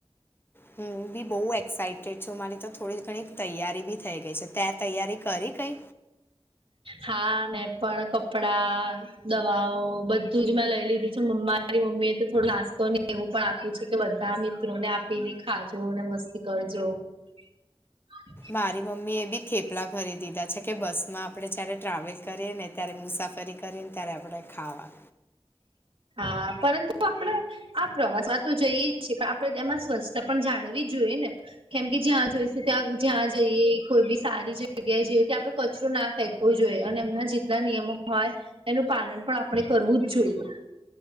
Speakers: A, on the left; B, on the right.
A: હું બી બહુ એક્સાઇટેડ છું મારી તો થોડી ઘણી તૈયારી બી થઈ ગઈ છે તે તૈયારી કરી કઈ.
B: હા મે પણ કપડા, દવાઓ બધું જ મેં લઈ લીધું છે મારી મમ્મી એ તો થોડો નાસ્તો નહી એવું પણ આપી છે કે બધા મિત્રોને આપીને ખાજો અને મસ્તી કરજો. <inaudible>
A: મારી મમ્મી એ બી થેપલા ભરી દીધા છે કે બસમાં આપણે જયારે ટ્રાવેલ કરીએ ને. ત્યારે મુસાફરી કરીને ત્યારે આપણે ખાવા.
B: હા પરંતુ આપડે આ પ્રવાસમાં તો જઈએ જ છીએ પણ આપણે એમાં સ્વચ્છતા પણ જાણવી જોઈએ ને. કેમ કે જ્યાં જોઈશું ત્યાં જ્યાં જઈએ કોઈ બી સારી જગ્યાએ જેઈએ ત્યાં આપણે કચરો ના ફેંક વુ જોઈએ અને એમના જેટલા નિયમો હોય એનું પાલન પણ આપણે કરવું જ જોઈએ.